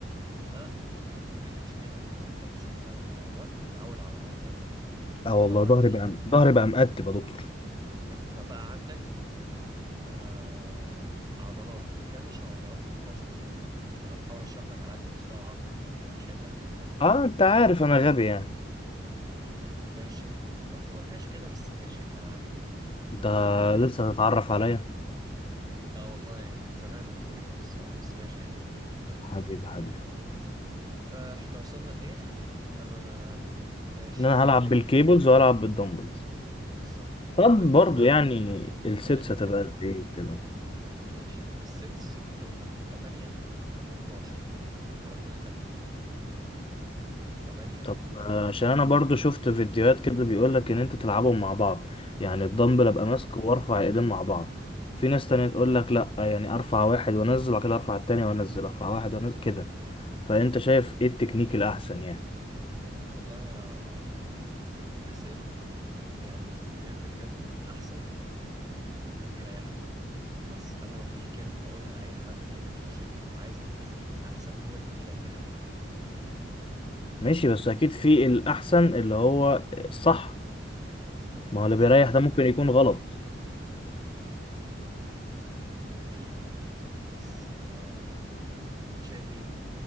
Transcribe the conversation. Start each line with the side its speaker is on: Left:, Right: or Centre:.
Right: لا ما هو دي المشكلة انت جسمك مع, ال... مع الوقت اتعود على المنظر ده
Left: اه
Right: فطبعا
Left: والله ظهري
Right: في
Left: بقى ظهري بقى مقتب يا دكتور
Right: ف... فبقى عندك آه عضلات منكمشة وعضلات منبسطة أنا بحاول أشرح لك على قد مستوى عقلك لأن أنا مش هينفع أكلمك
Left: اه انت عارف انا غبي يعني
Right: دي- يعني ماشي يعني ما ت- ما بنقولهاش كده بس ماشي يعني هنعديه
Left: انت
Right: المهم يا ملك
Left: لسه هتتعرف عليا
Right: آه والله يعني من زمان وأنت كده بس بس ماشي يعني المهم
Left: حبيبي حبيبي
Right: آه إحنا وصلنا لإيه أما أنا ماشي
Left: ان انا هلعب
Right: حلو
Left: بالكيبلز وهلعب بالدمبلز
Right: بالظبط وبالنسبة
Left: طب برضو
Right: لحتة
Left: يعني
Right: بالنسبة
Left: السيتس هتبقى
Right: لحتة
Left: قد ايه كده
Right: ماشي السيتس هتبقى من 8 ل 12 على كل تمرين 8
Left: طب
Right: ل 12
Left: آه، عشان انا برضو شفت فيديوهات كده بيقولك ان انت تلعبهم مع بعض يعني الدمبل ابقى ماسكه وارفع ايدين مع بعض في ناس تانية تقولك لا يعني ارفع واحد وانزل وبعد كده ارفع التاني وانزل ارفع واحد وانزل كده فانت شايف ايه التكنيك الاحسن يعني
Right: والله يا يا حسين يعني بجد بجد الأحسن اللي يريحك بس أنا لو في كلمة هقولها لأي حد بينزل الجيم وعايز يلتزم الأحسن هو اللي بيريحك
Left: ماشي بس اكيد في الاحسن اللي هو الصح ما
Right: بالظبط
Left: هو اللي بيريح ده ممكن يكون غلط
Right: أكيد أكيد بس آه، أنت شايف إيه؟